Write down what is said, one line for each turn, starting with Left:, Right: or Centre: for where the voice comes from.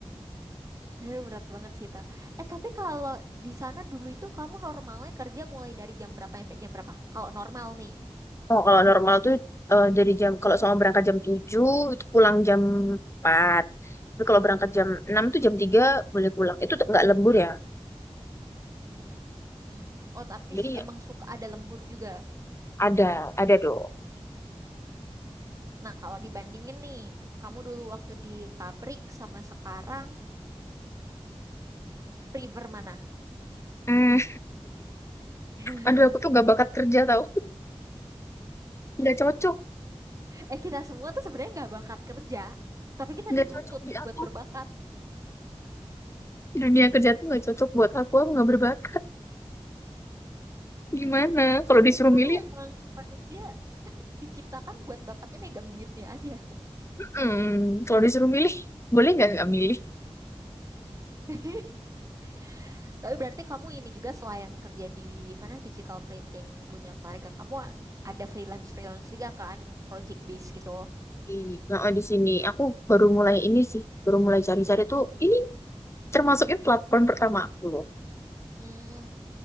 Right: Aduh, berat banget sih, Ta. Eh, tapi kalau di sana dulu itu kamu normalnya kerja mulai dari jam berapa sampai jam berapa? Kalau normal nih.
Left: Oh, kalau normal tuh eh, dari jam kalau sama berangkat jam 7 itu pulang jam empat Tapi kalau berangkat
Right: Mm-mm.
Left: jam 6 tuh jam 3 boleh pulang. Itu tuh nggak lembur ya.
Right: Mm-mm. Oh, tapi
Left: Jadi
Right: s- emang suka ada lembur juga.
Left: ada, ada dong.
Right: Nah, kalau dibandingin nih, kamu dulu waktu di pabrik sama sekarang, prefer mana?
Left: Hmm,
Right: <laughs>
Left: aduh aku tuh gak bakat kerja tau. Gak cocok,
Right: eh kita semua tuh sebenarnya nggak bakat kerja, tapi kita dituntut
Left: gak cocok di aku.
Right: buat berbakat.
Left: Dunia kerja tuh gak cocok buat aku, aku gak berbakat. Gimana? Kalau
Right: Kita
Left: disuruh
Right: itu
Left: milih,
Right: kan emang manusia diciptakan buat bakatnya megang duitnya aja.
Left: hmm, kalau disuruh milih, boleh nggak nggak milih?
Right: <laughs> Tapi berarti kamu ini juga selain kerja di mana digital printing punya keluarga kamu a- ada freelance-freelance juga kan yang project base gitu.
Left: Di, nah, di sini aku baru mulai ini sih, baru mulai cari-cari tuh ini termasuknya platform pertama aku loh.
Right: Hmm,